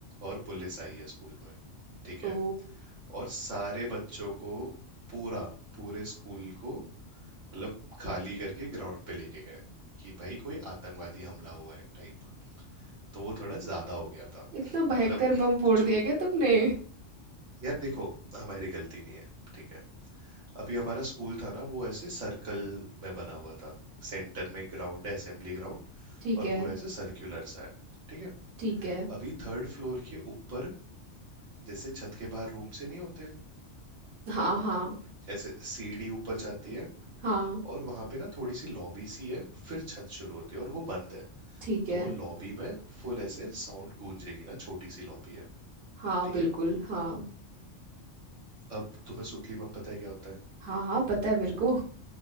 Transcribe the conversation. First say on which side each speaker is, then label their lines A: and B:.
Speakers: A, on the right; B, on the right.
A: और पुलिस आई है स्कूल में ठीक
B: ओ
A: है और सारे बच्चों को पूरा पूरे स्कूल को मतलब खाली करके ग्राउंड पे लेके गए कि भाई कोई आतंकवादी हमला हुआ है टाइप तो वो थोड़ा ज्यादा हो गया था <laughs>
B: इतना भयंकर
A: मतलब
B: बम फोड़
A: जो
B: दिया क्या तुमने
A: यार देखो हमारी गलती नहीं है ठीक है अभी हमारा स्कूल था ना वो ऐसे सर्कल में बना हुआ था सेंटर में ग्राउंड है असेंबली ग्राउंड
B: ठीक
A: और
B: है
A: पूरा ऐसे सर्क्युलर सा है ठीक है
B: ठीक है
A: अभी थर्ड फ्लोर के ऊपर जैसे छत के बाहर रूम से नहीं होते
B: हाँ
A: तो
B: हाँ
A: ऐसे सीढ़ी ऊपर जाती है
B: हाँ
A: और वहां पे ना थोड़ी सी लॉबी सी है फिर छत शुरू होती है और वो बंद है
B: ठीक है
A: तो लॉबी में फुल ऐसे साउंड गूंजेगी ना छोटी सी लॉबी है
B: हाँ
A: ठीक
B: बिल्कुल
A: है
B: हाँ
A: अब तुम्हें सुतली बम पता है क्या होता है
B: हाँ हाँ पता है मेरे को